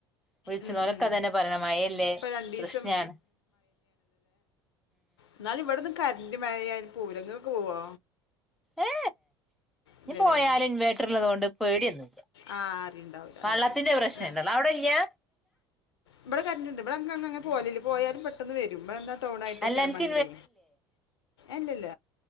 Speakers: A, in the centre; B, on the left.
A: വിളിച്ചോലൊക്കെ
B: ഉം ഉം
A: അതന്നെ പറയണ് മഴയല്ലേ
B: ഇപ്പൊ രണ്ടു ദിവസം
A: പ്രഷ്ണാണ്
B: എന്നാല് ഇവിടെന്ന് കരന്റ് മഴയായാൽപോവൂലാ ഇങ്ങൾക്ക് പോവോ
A: ഏ
B: ഇല്ലല്ലേ
A: നി പോയാലും ഇൻവേർട്ടർ ഉള്ളത് കൊണ്ട് പേടി ഒന്നും ഇല്ല
B: ആ അറിയുണ്ടാവില്ല
A: വെള്ളത്തിന്റെ
B: അത് ശരിയാണ്
A: പ്രശ്നുണ്ടല
B: അല്ല
A: അവിടെ ഇല്ലാ
B: ഇവിടെ കരണ്ടുണ്ട് ഇവിടെ അങ്ങ് അങ്ങെ പോല പോയാലും പെട്ടെന്ന് വരും ഇടെ എന്താ ടൗൺ ആയിട്ടേക്കാരം
A: അല്ല അനക്ക്
B: വേണെങ്കിലേ ഇല്ല ഇല്ല